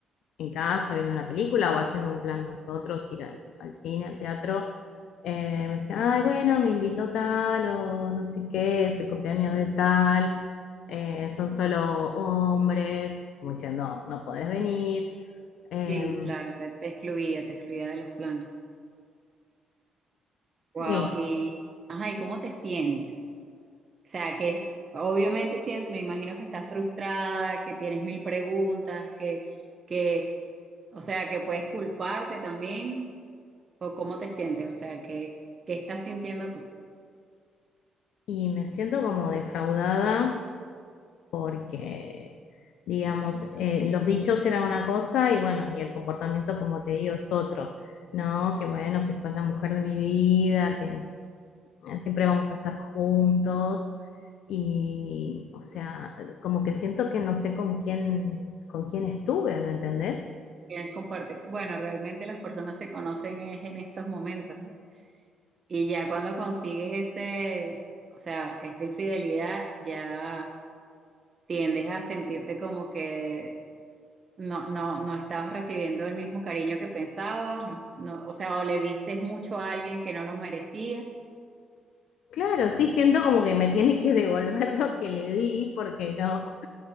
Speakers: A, on the left (about 80°); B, on the right (about 40°).
A: en casa viendo una película o haciendo un plan nosotros, ir al, al cine, al teatro. Eh, me decía, ay, bueno, me invitó tal o no sé qué, es el cumpleaños de tal, eh, son solo hombres, como diciendo, no, no podés venir. Eh,
B: Sí, claro, te, te excluía, te excluía de los planes.
A: sí,
B: Wow, y, ajá, ¿y cómo te sientes? O sea, que obviamente sien- me imagino que estás frustrada, que tienes mil preguntas, que, que, o sea, que puedes culparte también. ¿O cómo te sientes? O sea, ¿qué, qué estás sintiendo tú?
A: y me siento como defraudada porque, digamos, eh, los dichos eran una cosa y bueno, y el comportamiento, como te digo, es otro, ¿no? Que bueno, que sos la mujer de mi vida, que eh, siempre vamos a estar juntos y, o sea, como que siento que no sé con quién, con quién estuve, ¿me entendés?
B: ¿Quién comparte? Bueno, realmente las personas se conocen es en estos momentos, ¿no? Y ya cuando consigues ese, o sea, esta infidelidad, ya tiendes a sentirte como que no, no, no estabas recibiendo el mismo cariño que pensabas, no, no, o sea, o le diste mucho a alguien que no lo merecía.
A: Claro, sí siento como que me tiene que devolver lo que le di porque no,